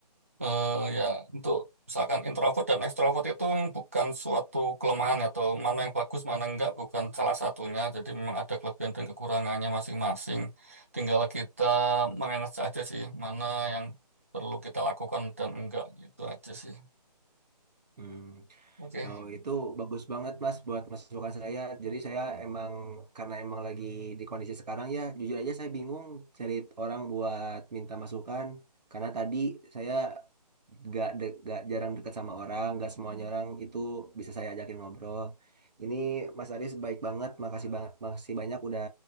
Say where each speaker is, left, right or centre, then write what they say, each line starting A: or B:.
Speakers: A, on the right; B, on the right.
A: eh ya, untuk misalkan introvert dan ekstrovert itu bukan suatu kelemahan ya, atau mana yang bagus, mana yang enggak, bukan salah satunya. Jadi memang ada kelebihan dan kekurangannya masing-masing. Tinggal kita manage aja sih, mana yang perlu kita lakukan dan enggak gitu aja sih.
B: Hmm.
A: Oke,
B: Yo, itu bagus banget Mas buat masukan saya. Jadi saya emang karena emang lagi di kondisi sekarang ya, jujur aja saya bingung cari orang buat minta masukan karena tadi saya gak, de- gak jarang dekat sama orang, gak semuanya orang itu bisa saya ajakin ngobrol. Ini Mas Aris baik banget, makasih banget, makasih banyak udah